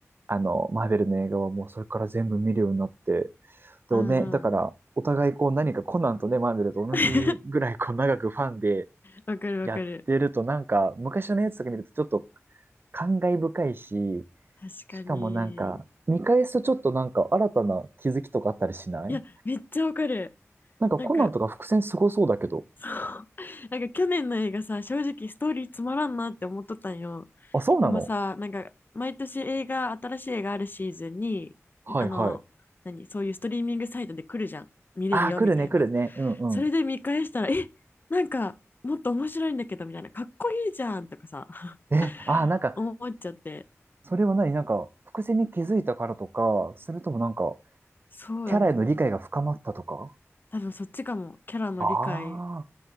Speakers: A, on the right; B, on the left.
A: あの、マーベルの映画はもうそれから全部見るようになって、でもね、
B: うんうん
A: だから、お互いこう何かコナンとね、マーベルと同じぐらいこう長くファンで
B: <laughs> わかるわかる
A: やってると、なんか、昔のやつとか見るとちょっと感慨深いし、
B: 確かに
A: しかもなんか、見返すとちょっとなんか新たな気づきとかあったりしない
B: いやめっちゃわかる
A: なんかコナンとか伏線すごそうだけど。
B: なんか <laughs> なんか去年の映画さ、正直ストーリーつまらんなって思っとったんよ。
A: あ、そうなの
B: でもさ、なんか毎年映画、新しい映画あるシーズンに、
A: はいはい。
B: あの、何、そういうストリーミングサイトで来るじゃん。見れるよみたいな。
A: ああ、来るね来るね。うんうん。
B: それで見返したら、え、なんかもっと面白いんだけどみたいな、かっこいいじゃんとかさ、<laughs>
A: え、ああ、なんか、
B: 思っちゃって。
A: それは何なんか、伏線に気づいたからとか、それともなんか、
B: そうだねな。
A: キャラへの理解が深まったとか
B: 多分そっちかも。キャラの理解
A: ああ、